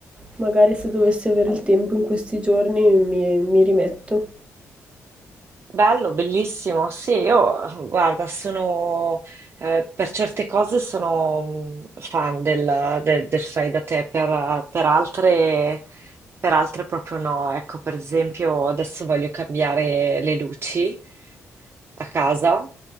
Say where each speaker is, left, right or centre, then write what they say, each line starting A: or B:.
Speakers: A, on the right; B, on the right.
A: Magari se dovessi avere il tempo in questi giorni mi, mi rimetto.
B: Bello, bellissimo. Sì, io, guarda, sono, eh, per certe cose sono mh, fan del, del, del fai da te, per, per altre, per altre proprio no. Ecco, per esempio, adesso voglio cambiare le luci a casa